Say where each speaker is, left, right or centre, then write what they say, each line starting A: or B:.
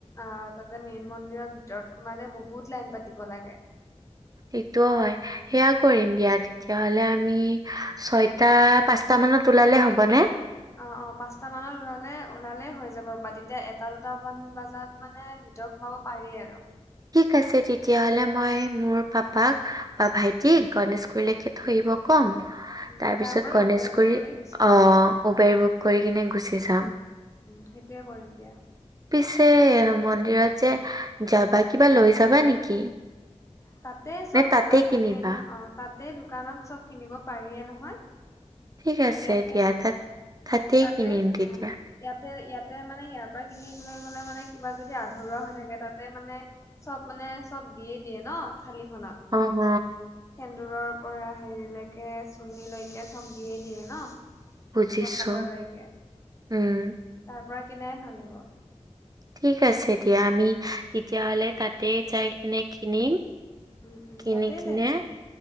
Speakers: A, on the left; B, on the right.
A: আহ তাতে মেইন মন্দিৰৰ ভিতৰত সোমালে বহুত লাইন পাতিব লাগে।
B: সেটোও হয়, সেয়া কৰিম দিয়া তেতিয়াহ'লে আমি ছয়টা, পাঁচটা মানত ওলালে হ'বনে?
A: অ অ, পাঁচটা মানত ওলালে ওলালে হৈ যাব, বাট তেতিয়া এটা দুটামান বজাত মানে ভিতৰ সোমাব পাৰি আৰু।
B: ঠিক আছে তেতিয়াহলে, মই মোৰ পাপাক বা ভাইটিক গণেশগুৰিলৈকে থৈ আহিব কম,
A: উম
B: তাৰপিছত
A: তাৰ পৰা
B: গনেশগুৰিত
A: উবেৰ বুক কৰি গুচি যাম
B: অ উবেৰ বুক কৰি কিনে গুচি যাম।
A: উম। সেইটোয়ে কৰিম দিয়া।
B: পিছে মন্দিৰত যে যাবা কিবা লৈ যাবা নেকি?
A: তাতে চব
B: নে তাতেই
A: দোকান থাকে
B: কিনিবা
A: ন? অ তাতে দোকানত চব কিনিব পাৰিয়ে নহয়?
B: ঠিক আছে
A: ইয়াতে
B: দিয়া, তাত তাতেই
A: তাতে
B: কিনিম তেতিয়া।
A: উম ইয়াতে ইয়াতে মানে ইয়াৰ পৰা কিনি লৈ গলে, মানে কিবা যদি আধৰুৱা হৈ থাকে তাতে মানে চব মানে চব দিয়ে দিয়ে ন থালিখনত
B: অহ
A: সেন্দুৰৰ পৰা হেৰিলৈকে চুমীলৈকে চব দিয়ে ন?
B: বুজিছোঁ,
A: প্ৰসাদলৈকে,
B: উম,
A: তাৰ পৰা কিনাই ভাল হ'ব।
B: ঠিক আছে দিয়া আমি তেতিয়াহ'লে তাতে যাই কিনে কিনিম।
A: উম উম
B: কিনি
A: তাতে
B: কিনে
A: যাই কিনিম